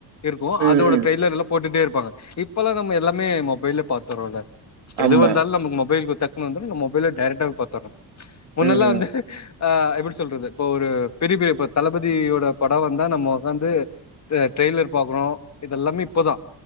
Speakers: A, on the left; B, on the right.
A: இருக்கு
B: ம்,
A: அதோட
B: ம்.
A: ட்ரெய்லர் அதெல்லாப் போட்டுட்டே இருப்பாங்க இப்பல்லா நம் எல்லாமே மொபைல்ல பாத்துரோல
B: ஆமா.
A: எது வந்தால் நமக்கு மொபைல் குடுத்தக் வந்து மொபைல்ல டைரெக்டாவ் பாத்துரோ முன்னல்லா
B: ம், ம்,
A: வந்து ஆ எப்பட் சொல்றது பொ ஒரு பெரி பெரிப்ப தளபதியோட படா வந்தா நம்ம ஒக்காந்து த ட்ரெய்லர் பாக்கறோ இதெல்லாமே இப்பதா